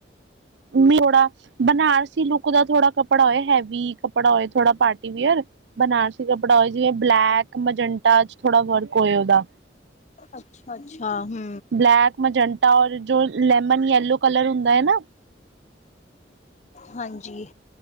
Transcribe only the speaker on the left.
ਅੱਛਾ ਅੱਛਾ ਹੂੰ
ਹਾਂਜੀ